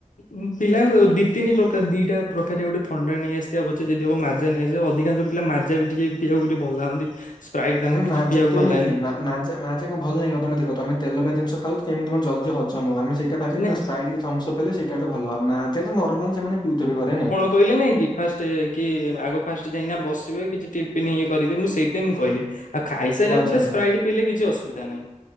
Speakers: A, on the left; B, on the left.
A: ଊ ପିଲା ଦିପିନି ପ୍ରକା ଦିଇଟା ପ୍ରକାରେ ଗୋଟେ ଥଣ୍ଡା ନେଇ ଆସିଥିବା ପଛେ ଯଦି ହବ ମାଜା ନେଇ ଆସିବ ଅଧିକାଂଶ ପିଲା ମାଯା ବି ଟିକେ ପି ଆକୁ ଟିକେ ଭଲ ଲାଗନ୍ତି। ସ୍ପ୍ରାଇଟ ତାଙ୍କୁ
B: ନାଇଁ
A: କିଛିି
B: ମାଜା
A: ପିଇବାକୁ
B: କେମିତି
A: ଭଲ ଲାଗେନି।
B: ମା- ମାଜା ମାଜା କ ଭଲ ନାଇଁ ତମେ ଦେଖ ତମେ ତେଲ ଭାଜି ଜିନଷ ଖାଉଛ ଏମିତି କଣ ଜଲ୍ଲି ହଜମ ଆମେ ସେଇଟା ଭାବିବେ
A: ନାଇଁ
B: ନା ସ୍ପ୍ରାଇଟ୍ କି ଥମ୍ସ ଅପ୍ ହେଲେ ସେଇଟା ଗୋଟେ ଭଲ ଆଉ ମାଜା ତ ନର୍ମାଲ ସେମାନେ ପିଉଥିବେ ଘରେ ନା।
A: କହିଲି ନାଇଁ କି ଫାଷ୍ଟ କି ଆଗ ଫାଷ୍ଟ ଯାଇନା ବସିବେ କିଛି ଟିଫନ୍ ଇଏ କରିବେ ମୁଁ ସେଇଥିପାଇଁ ମୁଁ କହିଲି। ଆ ଖାଇସାରିଲା
B: ଓ ଆଚ୍ଛା
A: ପରେ
B: ଆଚ୍ଛା
A: ସ୍ପ୍ରାଇଟ୍ ପିଇଲେ କିଛି ଅସୁବିଧା ନାହିଁ।